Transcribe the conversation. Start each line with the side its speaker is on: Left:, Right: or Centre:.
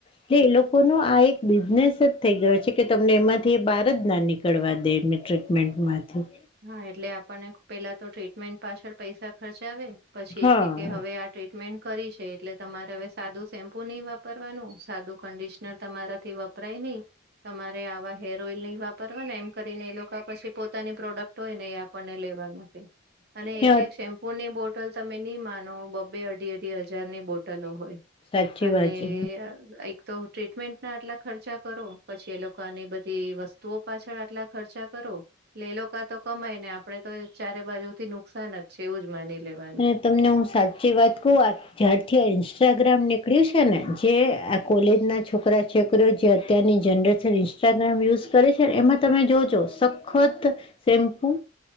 Left: એટલે એ લોકો ન આ એક બિઝનેસ જ થઈ ગયો છે કે તમને એમાંથી એ બહાર જ ના નીકળ કરવા દે એમને ટ્રીટમેન્ટમાંથી
Right: હા એટલે આપણને પેલા તો ટ્રીટમેન્ટ પાછળ પૈસા ખર્ચ આવેે પછી
Left: હા
Right: એક એક કે હવે આ ટ્રીટમેન્ટ કરી છે એટલે તમારે હવે સાદું સેમ્પુ નહી વાપરવાનું સાદું કંડિશનર તમારાથી વપરાય નહી. તમારે આવા હેર ઓઈલ નહી વાપરવા ને એમ કરીને એ લોકા પછી પોતાની પ્રોડક્ટ તો એને આપણને લેવા નથી અને
Left: એ
Right: એક એક શેમ્પ ફોની બોટલ તમે નહી માનો બબે અઢી અઢી હજારની બોટલો હોય.
Left: સાચી
Right: અને
Left: વાત છે
Right: ને એક તો ટ્રીટમેન્ટ ના આટલા ખર્ચા કરો પછી એ લોકાને આની બધી વસ્તુ તો પાછળ આટલા ખર્ચા કરો લે લો ટૂકા તો કમાય ને આપડે તો ચારે બાજુ થી નુકસાન જ છે એવું જ માની લેવાનું.
Left: અને તમને હું સાચી વાત કહું આ જ્યારથી આ ઇન્સ્ટાગ્રામ નીકળ્યું છે ને જે આ કોલેજ ના છોકરા છોકરીઓ જે અત્યારની જનરેશન ઇન્સ્ટાગ્રામ યુઝ કરે છે એમાં તમે જોજોત ખુત શેમ્પુ